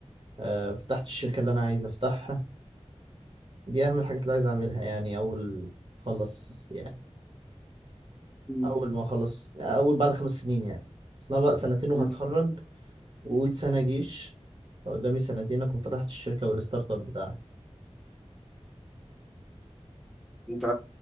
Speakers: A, on the right; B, in the centre.
A: آه... فتحت الشركة اللي انا عايز افتحها دي اهم الحاجات اللي عايز اعملها يعني اول خلص يعني
B: مم.
A: اول ما اخلص اول بعد خمس سنين يعني اصل انا بقى سنتين وهتخرج
B: مم.
A: وقول سنة جيش فقدامي سنتين اكون فتحت الشركة والستارت اب بتاعي
B: أنت